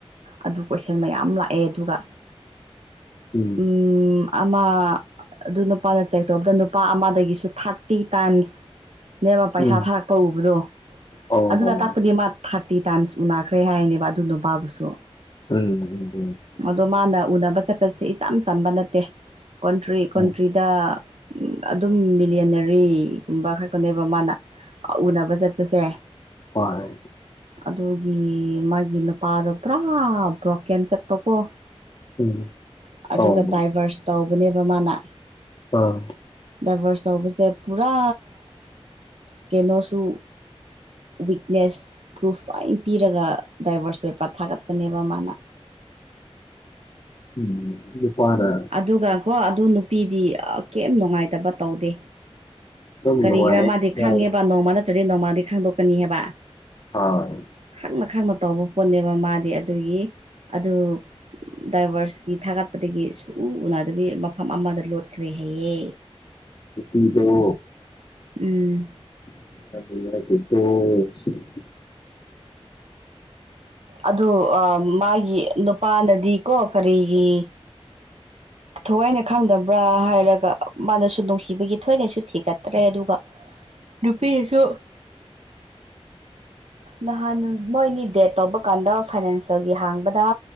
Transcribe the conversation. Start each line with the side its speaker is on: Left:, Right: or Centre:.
Right: ꯑꯗꯨ ꯀꯣꯏꯁꯟ ꯃꯌꯥꯝ ꯂꯥꯛꯑꯦ ꯑꯗꯨꯒ
Left: ꯎꯝ
Right: ꯎ ꯑꯃ ꯑꯗꯨ ꯅꯨꯄꯥꯅ ꯆꯦꯛꯊꯣꯛꯕꯗ ꯅꯨꯄꯥ ꯑꯃꯗꯒꯤꯁꯨ ꯊꯥꯔꯇꯤ ꯇꯥꯏꯝꯁ ꯅꯦꯝꯃ ꯄꯩꯁꯥ
Left: ꯎꯝ
Right: ꯐꯥꯔꯛꯄ ꯎꯕꯗꯣ
Left: ꯑꯣ ꯎꯝ
Right: ꯑꯗꯨꯗ ꯇꯥꯛꯄ ꯃꯥ ꯊꯥꯔꯇꯤ ꯇꯥꯏꯝꯁ ꯎꯅꯈ꯭ꯔꯦ ꯍꯥꯏꯅꯦꯕ ꯑꯗꯨ ꯅꯨꯄꯥꯕꯨꯁꯨ
Left: ꯎꯝ
Right: ꯑꯗꯣ ꯃꯥꯅ ꯎꯅꯕ ꯆꯠꯄꯁꯦ ꯏꯆꯝ ꯆꯝꯕ ꯅꯠꯇꯦ ꯀꯣꯟꯇ꯭ꯔꯤ ꯀꯣꯟꯇ꯭ꯔꯤꯗ
Left: ꯎꯝ
Right: ꯑꯗꯨꯝ ꯕꯤꯂꯤꯂꯤꯌꯥꯅꯔꯤꯒꯨꯝꯕ ꯈꯛꯇꯅꯦꯕ ꯃꯥꯅ ꯎꯅꯕ ꯆꯠꯄꯁꯦ
Left: ꯍꯣꯏ
Right: ꯑꯗꯨꯒꯤ ꯃꯥꯒꯤ ꯅꯨꯄꯥꯗꯣ ꯄꯨꯔꯥ ꯕ꯭ꯔꯣꯀꯦꯟ ꯆꯠꯄꯀꯣ
Left: ꯎꯝ
Right: ꯑꯗꯨꯒ
Left: ꯑꯣ
Right: ꯗꯥꯏꯚꯔꯁ ꯇꯧꯕꯅꯦꯕ ꯃꯥꯅ
Left: ꯑ
Right: ꯗꯥꯏꯚꯔꯁ ꯇꯧꯕꯁꯦ ꯄꯨꯔꯥ ꯀꯩꯅꯣꯁꯨ ꯋꯤꯛꯅꯦꯁ ꯄ꯭ꯔꯨꯐ ꯂꯣꯏ ꯄꯤꯔꯒ ꯗꯥꯏꯕꯔꯁ ꯄꯦꯄꯔ ꯊꯥꯒꯠꯄꯅꯦꯕ ꯃꯥꯅ
Left: ꯎꯝ ꯏ ꯄꯥꯔ
Right: ꯑꯗꯨꯒ ꯀꯣ ꯑꯗꯨ ꯅꯨꯄꯤꯗꯤ ꯀꯩꯝ ꯅꯨꯡꯉꯥꯏꯇꯕ ꯇꯧꯗꯦ
Left: ꯑꯗꯨꯝ
Right: ꯀꯔꯤꯒꯤꯔꯥ
Left: ꯅꯨꯡꯉꯥꯏ
Right: ꯃꯥꯗꯤ ꯈꯥꯡꯉꯦꯕ ꯅꯣꯡꯃ ꯅꯠꯇ꯭ꯔꯗꯤ ꯅꯣꯡꯃꯗꯤ ꯈꯥꯡꯗꯣꯛꯀꯅꯤ ꯍꯥꯏꯕ
Left: ꯍ
Right: ꯈꯪꯅ ꯈꯪꯅ ꯇꯧꯕ ꯄꯣꯠꯅꯦꯕ ꯃꯥꯗꯤ ꯑꯗꯨꯒꯤ ꯑꯗꯨ ꯗꯥꯏꯚꯔꯁꯀꯤ ꯊꯥꯒꯠꯄꯗꯒꯤ ꯁꯨꯎ ꯎꯅꯗꯕꯤ ꯃꯐꯝ ꯑꯃꯗ ꯂꯣꯠꯈ꯭ꯔꯦ ꯍꯌꯦ
Left: <unintelligible>
Right: ꯎꯝ
Left: <unintelligible>
Right: ꯑꯗꯨ ꯃꯥꯒꯤ ꯅꯨꯄꯥꯅꯗꯤꯀꯣ ꯀꯔꯤꯒꯤ ꯊꯋꯥꯏꯅ ꯈꯪꯗꯕ꯭ꯔꯥ ꯍꯥꯏꯔꯒ ꯃꯥꯅꯁꯨ ꯅꯨꯡꯁꯤꯕꯒꯤ ꯊꯣꯏꯅꯁꯨ ꯊꯤꯒꯠꯇ꯭ꯔꯦ ꯑꯗꯨꯒ ꯅꯨꯄꯤꯗꯁꯨ ꯅꯍꯥꯟ ꯃꯣꯏꯅꯤ ꯗꯦꯠ ꯇꯧꯕ ꯀꯥꯟꯗ ꯐꯥꯏꯅꯥꯟꯁꯤꯌꯒꯤ ꯍꯥꯡꯕꯗ